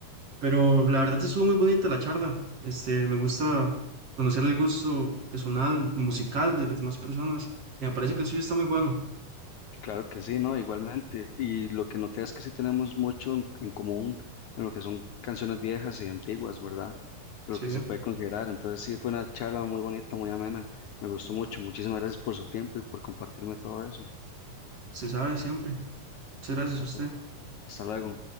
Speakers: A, on the right (about 50°); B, on the left (about 70°).
A: Pero la verdad estuvo muy bonita la charla. Este, me gusta conocer el gusto personal, musical de las demás personas. Y me parece que el suyo está muy bueno.
B: Claro que sí, ¿no? Igualmente. Y lo que noté es que sí tenemos mucho en, en común en lo que son canciones viejas y antiguas, ¿verdad? Lo
A: Sí,
B: que se puede considerar. Entonces sí, fue una charla muy bonita, muy amena. Me gustó mucho. Muchísimas gracias por su tiempo y por compartirme todo eso.
A: se sabe siempre. Muchas gracias
B: Hasta,
A: a usted.
B: hasta luego.